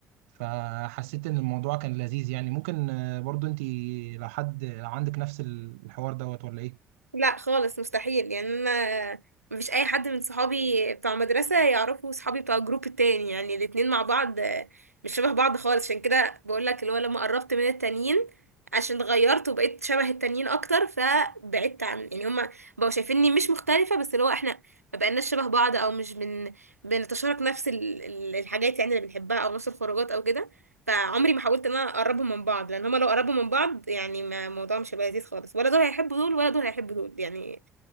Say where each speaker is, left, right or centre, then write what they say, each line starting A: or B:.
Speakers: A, on the right (about 65°); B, on the right (about 85°).
A: فحسيت ان الموضوع كان لذيذ يعني ممكن آه، برضو انت لو حد لو عندك نفس الحوار دوت ولا ايه
B: لا خالص مستحيل يعني انا مفيش اي حد من صحابي بتوع مدرسة يعرفوا صحابي بتوع الجروب التاني يعني الاتنين مع بعض آه، مش شبه بعض خالص عشان كده بقول لك اللي هو لما قربت من التانيين عشان اتغيرت وبقيت شبه التانيين اكتر فبعدت عن يعني هما بقوا شايفيني مش مختلفة بس اللي هو احنا ما بقيناش شبه بعض او مش بن بنتشارك نفس ال- ال- الحاجات يعني اللي بنحبها او نفس الخروجات او كده فعمري ما حاولت ان انا اقربهم من بعض لان هما لو قربوا من بعض يعني ما الموضوع مش هيبقى لذيذ خالص ولا دول هيحبوا دول ولا دول هيحبوا دول يعني